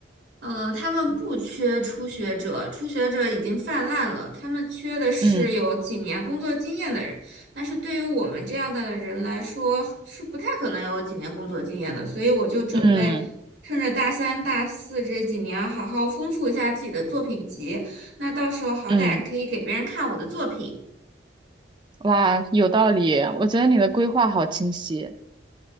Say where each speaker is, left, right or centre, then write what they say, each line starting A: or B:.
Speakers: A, on the right; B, on the right.
A: 呃，他们不缺初学者，初学者已经泛滥了，他们缺的是有几年工作经验的人，
B: 嗯。
A: 但是对于我们这样的人来说，是不太可能有几年工作经验的，所以我就准备
B: 嗯
A: 趁着大三、大四这几年，好好丰富一下自己的作品集，那到时候好歹可以给别人看我的作品。
B: 嗯，哇，有道理。我觉得你的规划好清晰。